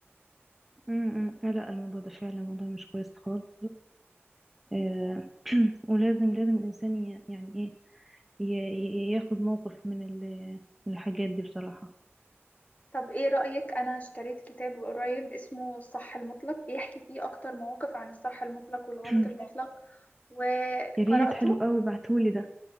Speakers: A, in the centre; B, on the left (about 35°).
A: -م. لا الموضوع ده فعلا الموضوع مش كويس خالص آه <clears throat> ولازم لازم الانسان ي- يعني ايه ي- ي- ياخد موقف من ال- من الحاجات دي بصراحه
B: طب ايه رايك انا اشتريت كتاب قريب اسمه الصح المطلق بيحكي فيه اكتر مواقف عن الصح المطلق والغلط
A: <clears throat>
B: المطلق وقراته
A: يا ريت حلو قوي بعتهولي ده